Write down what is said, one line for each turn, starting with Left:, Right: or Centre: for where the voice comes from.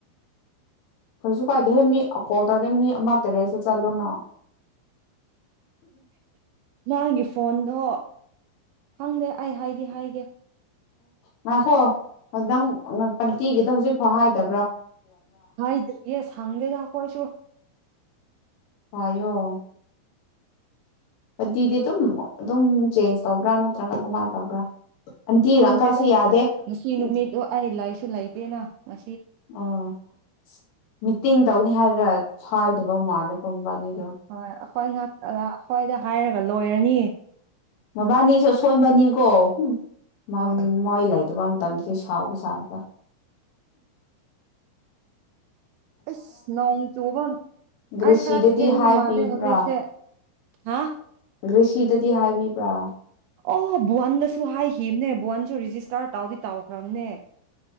Left: ꯀꯩꯁꯨ ꯀꯥꯏꯗꯦ ꯍꯣꯏ ꯃꯤ ꯀꯣ ꯇꯔꯗꯤ ꯃꯤ ꯑꯃ ꯇꯔꯦꯠꯁꯨ ꯆꯠꯂꯨꯅ
Right: ꯅꯒꯤ ꯐꯣꯟꯗꯣ ꯈꯪꯗꯦ ꯑꯩ ꯍꯥꯏꯗꯤ ꯍꯥꯏꯒꯦ
Left: ꯉꯈꯣ ꯑꯗꯨꯪ ꯄꯟꯇꯤꯒꯤꯗ ꯍꯧꯖꯤꯛ ꯐꯥꯎ ꯍꯥꯏꯗꯕ꯭ꯔꯣ
Right: ꯍꯥꯏꯗꯔꯤ ꯌꯦꯁ ꯁꯥꯡꯗꯦ ꯅ ꯀꯣꯏꯁꯨꯁꯨ
Left: ꯑꯣ ꯑꯗꯨꯗꯤꯗꯤ ꯑꯗꯨꯝ ꯑꯗꯨꯝ ꯆꯦꯟꯖ ꯇꯧꯕ꯭ꯔꯥ ꯅꯠꯇ꯭ꯔꯒ ꯀꯃꯥꯏꯅ ꯇꯧꯕ꯭ꯔꯥ ꯑꯟꯇꯤꯒ
Right: ꯈꯪꯗꯦꯗ
Left: ꯑꯪꯀꯜꯁꯨ ꯌꯥꯗꯦ
Right: ꯉꯁꯤ
Left: ꯎꯝ
Right: ꯅꯨꯃꯤꯠꯣ ꯑꯩ ꯂꯥꯏꯁꯨ ꯂꯩꯇꯦꯅ ꯉ
Left: ꯑꯣ ꯃꯤꯇꯤꯡ ꯇꯧꯅꯤ ꯍꯥꯏꯔꯒ ꯍꯥꯏꯗꯕ ꯃꯥꯜꯂꯦ ꯄꯨꯝꯕꯅꯤ
Right: ꯍꯈꯣꯏꯅꯥ ꯑꯈꯣꯏꯗ ꯍꯥꯏꯔꯒ ꯂꯣꯏꯔꯅꯤꯌꯦ
Left: ꯃꯕꯥꯅꯤꯁꯨ ꯑꯁꯣꯟꯕꯅꯤꯀꯣ ꯃ
Right: ꯍꯣꯏ
Left: ꯃꯣꯏꯂꯥꯏ ꯃ ꯁꯥꯎꯕꯁꯥꯡꯕ
Right: ꯑꯁ ꯂꯣꯡ ꯇꯕ
Left: ꯒ꯭ꯔꯦꯁꯤꯗꯗꯤ
Right: ꯑ ꯈꯔ ꯊꯦꯡ
Left: ꯍꯥꯏꯕꯤꯕ꯭ꯔꯥ
Right: ꯃ ꯃꯥꯂꯦ ꯍꯧꯖꯤꯁꯦ ꯍꯥ
Left: ꯒꯔꯤꯁꯤꯗꯗꯤ ꯍꯥꯏꯕꯤꯕ꯭ꯔꯥ
Right: ꯑꯣ ꯚꯨꯟꯗꯁꯨ ꯍꯥꯏꯈꯤꯕꯅꯦ ꯚꯨꯍꯟꯁꯨ ꯔꯤꯖꯤꯁꯇꯥꯔ ꯇꯥꯎꯗꯤ ꯇꯥꯎꯈ꯭ꯔꯕꯅꯦ